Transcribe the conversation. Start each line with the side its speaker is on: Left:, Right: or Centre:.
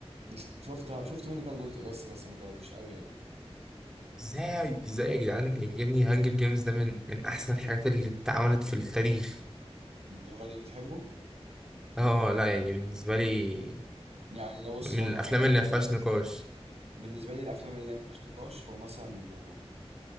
Right: مش شفتها شفت منه كام جزء بس بس ما تعبتوش قوي يعني
Centre: ازاي ازاي يا جدعان يا ابني هانجر جيمز ده من من احسن الحاجات اللي اتعملت في التاريخ
Right: الدرجه دي بتحبه
Centre: اه لا يعني بالنسبه لي
Right: يعني لو بص
Centre: من
Right: مثلا
Centre: الافلام
Right: حاجه أنا
Centre: اللي ما فيهاش نقاش
Right: بالنسبه لي الافلام اللي هي ما فيهاش نقاش هو مثلا